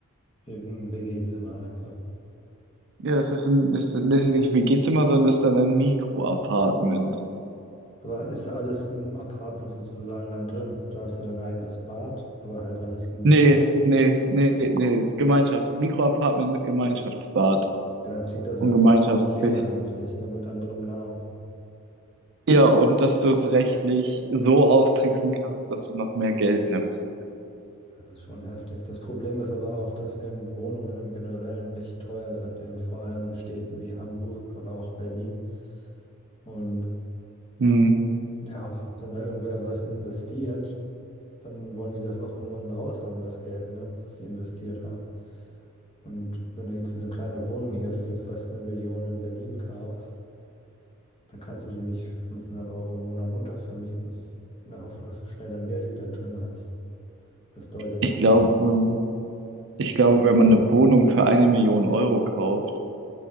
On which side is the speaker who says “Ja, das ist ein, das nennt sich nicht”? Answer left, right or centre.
Right